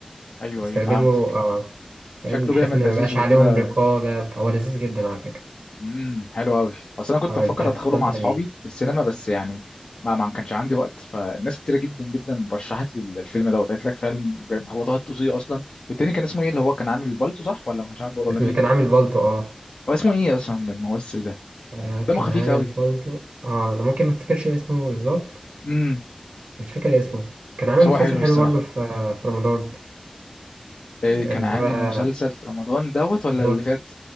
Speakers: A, on the left (about 55°); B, on the right (about 75°).
A: ايوه
B: استخدمه
A: ايوه فهمتك
B: اه فاهم
A: شكله
B: بحيث
A: جامد
B: ان
A: لذيذ
B: ما يبقاش
A: وكده
B: عليهم رقابة هو لذيذ جدا على فكرة
A: امم حلو قوي اصل انا كنت
B: اه
A: مفكر
B: انت هتستمتع
A: ادخله مع اصحابي
B: بيه
A: في السينما بس يعني ما ما كانش عندي وقت فالناس كتيره جدا جدا رشحت لي الفيلم دوت قالت لك فعلا جامد. هو طه الدسوقي اصلا والتاني كان اسمه ايه اللي هو كان عامل البالتو صح ولا ما كانش عامل بالتو؟ ولا
B: اللي
A: مين
B: كان عامل بالطو اه
A: هو اسمه ايه اصلا الممثل ده
B: آه، كان
A: دمه خفيف
B: عامل
A: قوي
B: بالطو اه انا ممكن ما افتكرش اسمه بالظبط
A: امم
B: مش فاكر اسمه كان عامل
A: بس
B: مسلسل
A: هو حلو
B: حلو
A: الصراحه
B: برضه في في رمضان
A: إيه
B: اللي
A: كان عامل
B: هو
A: مسلسل في رمضان دوت ولا
B: اللي
A: اللي
B: هو
A: فات